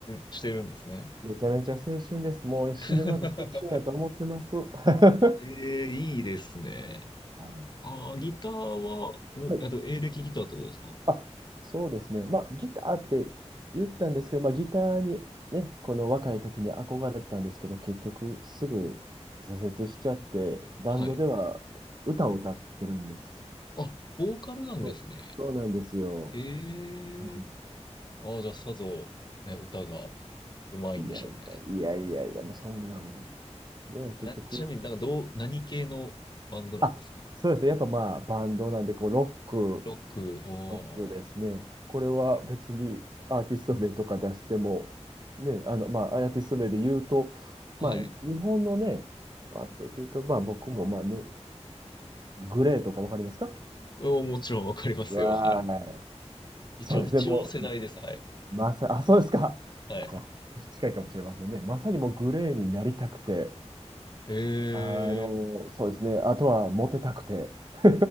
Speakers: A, on the left; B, on the right.
A: してるんですね。
B: めちゃめちゃ青春です。もう死ぬまで青春だと思ってます。
A: <laughs>
B: <laughs>
A: ええいいですね。
B: は
A: ああ、ギターは、もう、
B: い。
A: えっと、エレキギターってことですか
B: あ、そうですね。まあ、ギターって言ったんですけど、まあ、ギターにね、この若い時に憧れたんですけど、結局すぐ挫折しちゃって、バンドでは歌を歌ってるんです。
A: はい。あ、ボーカルなんですね。
B: そうそうなんですよ。
A: ええ
B: はい
A: ああ、じゃあ、さぞ、ね、歌がうまいんでしょうね。
B: いやいやいやいやいや、もうそんなもん。ね、
A: な、
B: 結局、
A: ちなみになんかどう、何系のバンドなんですか
B: あ、そうですね。やっぱまあ、バンドなんで、こう、ロック
A: ロック、おー、
B: ロックですね。これは別にアーティスト名とか出しても、ね、あの、まあ、アーティスト名で言うと、
A: はい。
B: まあ、日本のね、バンドで言うと、まあ、僕も、まあね、グレーとかわかりますか
A: おーもちろんわかりますよ。
B: わーい。
A: はい。一応、
B: そうですね、
A: 一応世代です。
B: もう、
A: はい。
B: まさ、あ、そうですか。
A: はい。
B: じゃあ近いかもしれませんね。まさにもうグレーになりたくて、
A: ええ
B: あの、そうですね、あとはモテたくて。<laughs>